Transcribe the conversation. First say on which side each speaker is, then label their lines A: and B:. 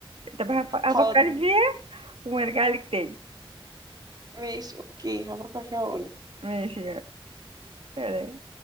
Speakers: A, on the right; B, on the right.
A: طب هف- هفكري
B: حاضر
A: فيها ونرجع لك تاني
B: ماشي اوكي هفكر فيها واقول
A: ماشي يعني